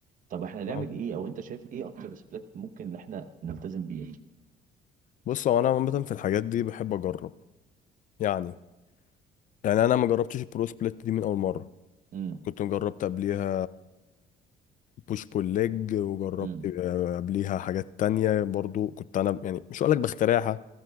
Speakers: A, on the right; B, on the left.
A: طب احنا نعمل
B: اه
A: ايه او انت شايف ايه اكتر سبلات ممكن ان احنا نلتزم بيها
B: بص هو انا عامه في الحاجات دي بحب اجرب يعني يعني انا ما جربتش البرو سبليت دي من اول مره
A: امم
B: كنت جربت قبليها بوش بول ليج وجربت
A: امم
B: آه، قبليها حاجات تانية برضو كنت انا يعني مش هقولك بخترعها